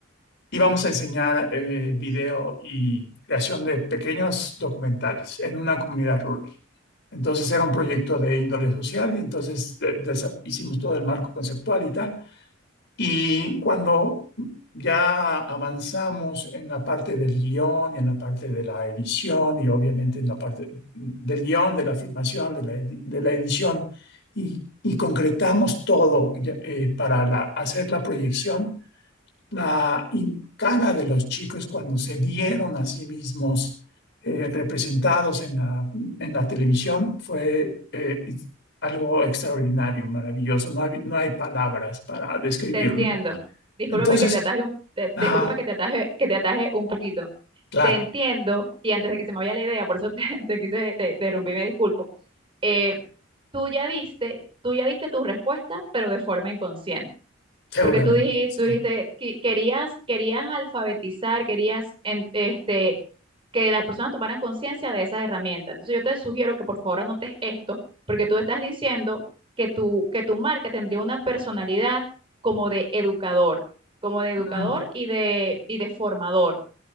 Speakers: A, on the left (about 60°); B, on the right (about 25°).
A: y vamos a enseñar eh, video y creación de pequeños documentales en una comunidad rural. Entonces era un proyecto de índole social y entonces de- desa- hicimos todo el marco conceptual y tal. Y cuando ya avanzamos en la parte del guión, en la parte de la edición y obviamente en la parte del guión, de la filmación, de la, edi- de la edición y, y concretamos todo eh, para la- hacer la proyección la in- cara de los chicos cuando se vieron a sí mismos eh, representados en la, en la televisión fue eh, algo extraordinario, maravilloso. No hay, no hay palabras para describirlo.
B: te entiendo. Discúlpame
A: Entonces,
B: que te ataje un, te-
A: ajá,
B: discúlpame que te ataje, que te ataje un poquito.
A: claro,
B: Te entiendo, y antes de que se me vaya la idea, por eso te, <laughs> te quise, te, te rompí, me disculpo. Eh, tú ya diste, tú ya diste tu respuesta, pero de forma inconsciente.
A: seguramente,
B: Porque tú dijiste,
A: sí.
B: tú dijiste que querías, querías alfabetizar, querías en- este, que las personas tomaran conciencia de esas herramientas. Entonces yo te sugiero que por favor anotes esto, porque tú estás diciendo que tu, que tu marca tendría una personalidad como de educador, como de educador
A: Ujú,
B: y de, y de formador